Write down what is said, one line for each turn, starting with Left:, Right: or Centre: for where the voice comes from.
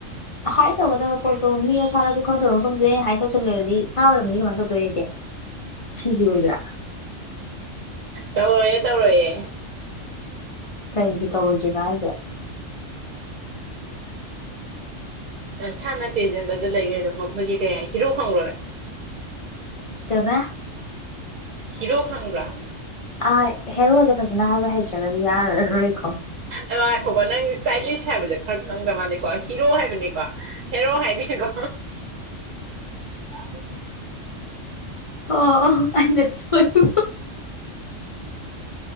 Left: ꯍꯥꯏ ꯇꯧꯒꯗꯕ ꯄꯣꯠꯇꯣ ꯃꯤ ꯑꯁꯥꯅꯗꯤ ꯈꯪꯗꯕ ꯐꯪꯗꯦ ꯍꯥꯏ ꯇꯧꯁꯤꯜꯂꯨꯔꯗꯤ ꯐꯥꯒꯗꯕ ꯑꯣꯏꯔꯕꯅꯤ ꯀꯃꯥꯏꯅ ꯇꯧꯗꯣꯏꯦ ꯑꯩꯗꯤꯦ ꯁꯤꯁꯤ ꯑꯣꯏꯗ꯭ꯔꯥ
Right: ꯇꯧꯔꯣꯏꯌꯦ ꯇꯧꯔꯣꯏꯌꯦ
Left: ꯀꯩꯒꯤ ꯇꯧꯔꯣꯏꯗꯔꯤꯕ ꯍꯥꯏꯖꯦ
Right: ꯁꯥꯅ ꯇꯦꯟꯖꯕꯗ ꯂꯩꯈꯩꯗꯣ ꯈꯪꯕꯒꯤ ꯀꯩ ꯍꯥꯏ ꯍꯤꯔꯣ ꯈꯪꯂꯨꯔꯦ
Left: ꯀꯩꯕ
Right: ꯍꯤꯔꯣ ꯈꯪꯕ꯭ꯔꯥ
Left: ꯑꯥ ꯍꯦꯔꯣꯁꯦ ꯐꯖꯅ ꯍꯥꯏꯕ ꯍꯩꯇ꯭ꯔꯒꯗꯤ ꯌꯥꯔꯔꯣꯏꯀꯣ
Right: ꯑꯗꯣ ꯉꯥꯏꯈꯣꯀꯣ ꯅꯪ ꯏꯁꯇꯥꯏꯂꯤꯁ ꯍꯥꯏꯕꯁꯦ ꯈꯔ ꯈꯪꯗꯕ ꯃꯥꯅꯤꯀꯣ ꯍꯤꯔꯣ ꯍꯥꯏꯕꯅꯤꯀꯣ ꯍꯦꯔꯣ ꯍꯥꯏꯗꯦꯀꯣ
Left: <inaudible>
Right: <inaudible>
Left: ꯑꯣ ꯑꯣ ꯑꯩꯅ ꯁꯣꯏꯕ